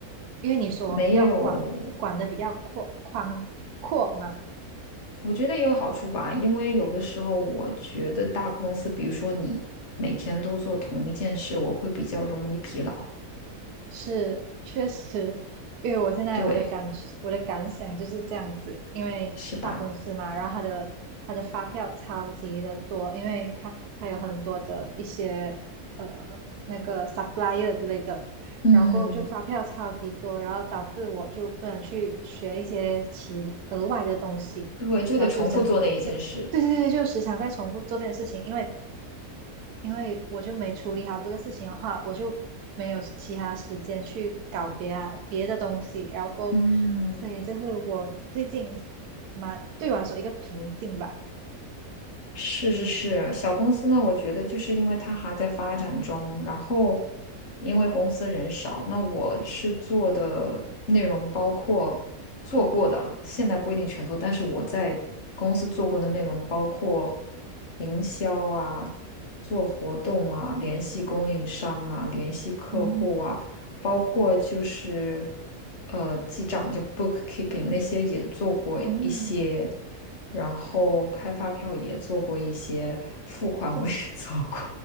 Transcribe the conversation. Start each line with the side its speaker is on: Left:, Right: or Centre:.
Right: 因为你说要管管的比较阔宽阔嘛，
Left: 没有。我觉得也有好处吧，因为有的时候我觉得大公司，比如说你每天都做同一件事，我会比较容易疲劳，
Right: 是，确实，因为我现在我的感我的感想就是这样子，
Left: 对，
Right: 因为大公司嘛，
Left: 是吧？
Right: 然后它的它的发票超级的多，因为它它有很多的一些呃那个 supplier 之类的，
Left: 嗯，
Right: 然后过后就发票超级多，然后导致我就不能去学一些其额外的东西，
Left: 对，就得重复做那一件事。
Right: 然后就真就对对对，就时常在重复做这件事情，因为因为我就没处理好这个事情的话，我就没有其他时间去搞别啊别的东西，然后所以这是我最近
Left: 嗯。
Right: 蛮对我来说一个瓶颈吧。
Left: 是是是，小公司呢，我觉得就是因为它还在发展中，然后因为公司人少，那我是做的内容包括做过的，现在不一定全做，但是我在公司做过的内容包括营销啊、做活动啊、联系供应商啊、联系客户啊。
Right: 嗯
Left: 包括就是呃记账就 bookkeeping 那些也做过一些，
Right: 嗯，
Left: 然后开发票也做过一些，付款我也 <laughs> 做过，